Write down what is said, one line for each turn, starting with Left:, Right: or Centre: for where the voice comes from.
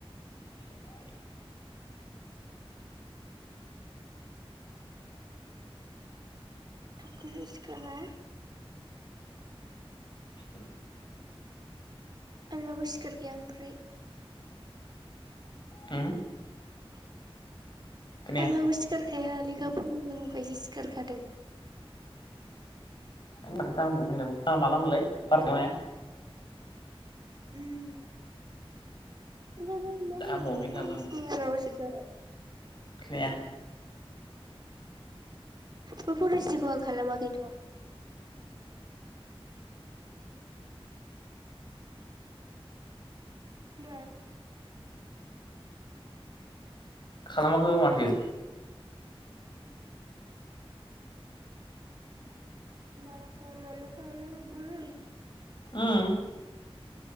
Left: <inaudible>
Right: थबखोनो सिखारा
Left: <inaudible>
Right: आंहाबो सिखार खाया ओमफ्राय
Left: होम
Right: <unintelligible>
Left: खोनाया
Right: आंहाबो सिखारखाया लेखा फोरोंनांगौखायसो सिखारखादों
Left: <inaudible> <inaudible> <unintelligible>
Right: उम <unintelligible> फरेस्टनि
Left: दांबावाखैनो दाबो आं
Right: बे।
Left: खोनाया
Right: बे फरेस्टनिखौ आं खालामाखैथ' ना?
Left: खालामाखैबा माथो
Right: माला खालामा नों खालामनाय नुदोंमोन?
Left: उम